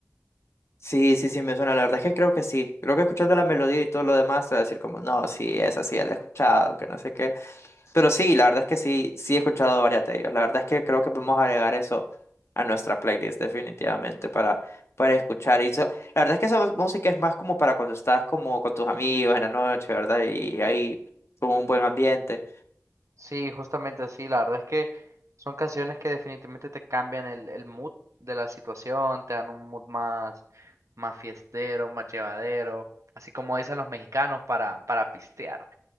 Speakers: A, on the left (about 55°); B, on the right (about 70°).
A: Sí, sí, sí, me suena. La verdad es que creo que sí. Creo que escuchando la melodía y todo lo demás, te voy a decir como, no, sí, esa sí, la he escuchado, que no sé qué. Pero sí, la verdad es que sí, sí he escuchado varias de ellos. La verdad es que creo que podemos agregar eso a nuestra playlist definitivamente para, para escuchar. Y eso- la verdad es que esa música es más como para cuando estás como con tus amigos en la noche, ¿verdad? Y hay como un buen ambiente.
B: Sí, justamente así. La verdad es que son canciones que definitivamente te cambian el, el mood de la situación, te dan un mood más, más fiestero, más llevadero, así como dicen los mexicanos para, para pistear.